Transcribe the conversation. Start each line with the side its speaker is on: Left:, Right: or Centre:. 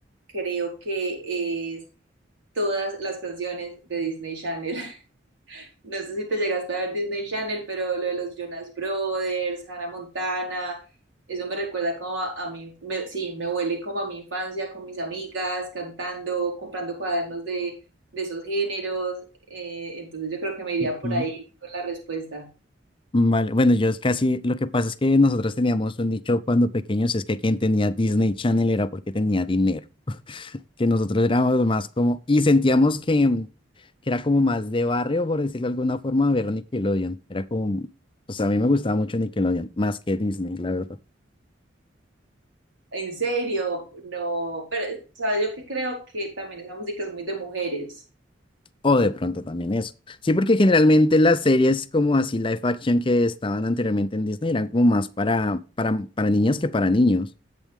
Right: creo que es todas las canciones de Disney Channel. No sé si te llegaste a ver Disney Channel, pero lo de los Jonas Brothers, Hannah Montana, eso me recuerda como a, a mí, me- sí, me huele como a mi infancia con mis amigas, cantando, comprando cuadernos de, de esos géneros. eh, entonces yo creo que me iría
Left: Ok.
Right: por ahí con la respuesta.
Left: Vale, bueno, yo es casi, lo que pasa es que nosotros teníamos un dicho cuando pequeños, es que quien tenía Disney Channel era porque tenía dinero. que nosotros éramos más como, y sentíamos que, que era como más de barrio, por decirlo de alguna forma, ver Nickelodeon. Era como, pues a mí me gustaba mucho Nickelodeon, más que Disney, la verdad.
Right: En serio, no, pero sabes yo que creo que también esa música es muy de mujeres.
Left: O de pronto también eso. Sí, porque generalmente las series como así live action que estaban anteriormente en Disney eran como más para, para, para niñas que para niños.